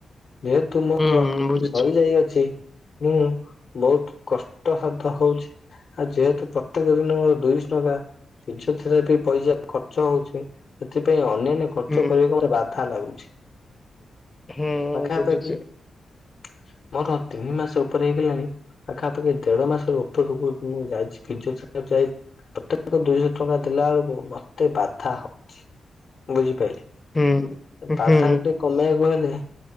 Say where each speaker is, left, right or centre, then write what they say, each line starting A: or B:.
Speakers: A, on the left; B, on the left.
A: ଯେହେତୁ ମୋର
B: ହୁଁ ବୁଝୁଛି
A: ସରିଯାଇଅଛି ମୁଁ ବହୁତ୍ କଷ୍ଟସାଧ ହଉଛି ଆଉ ଯେହେତୁ ପ୍ରତ୍ୟେକ ଦିନ ମୋର ଦୁଇଶ୍ ଟଙ୍କା ପିଜୋଥେରାପି ପଇସା ଖର୍ଚ୍ଚ ହଉଛି, ସେଥିପାଇଁ ଅନେ କ୍ ଖର୍ଚ୍ଚ
B: ହୁଁ
A: କରିବାକୁ ମତେ ବାଧା ଲାଗୁଛି,
B: ହୁଁ
A: ପାଖାପାଖି
B: ବୁଝୁଛି।
A: <inaudible> ମୋର ତିନି ମାସ ଉପରେ ହେଇଗଲାଣି, ପାଖାପାଖି ଦେଢ ମାସ ଉପରକୁ ମୁଁ ଯାଇଛି ଫିଜୀଓଥେରାପି ଯାଇ ପ୍ରତ୍ୟେକ ଦୁଇଶହ ଟଙ୍କା ଦେଲା ବେଳକୁ ମତେ ବାଧା ହଉଚି ବୁଝିପାଇଲେ।
B: ହୁଁ
A: ବାଧା
B: ହୁଁ
A: ଗୋଟେ କମେଇବାକୁ ହେଲେ।